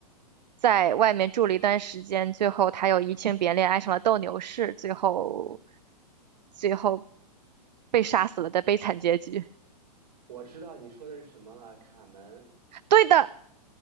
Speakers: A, on the right; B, on the right.
A: 在外面住了一段时间，最后他又移情别恋，爱上了斗牛士，最后最后被杀死了的悲惨结局。
B: 我知道你说的是什么了，卡门，
A: <laughs> 对的，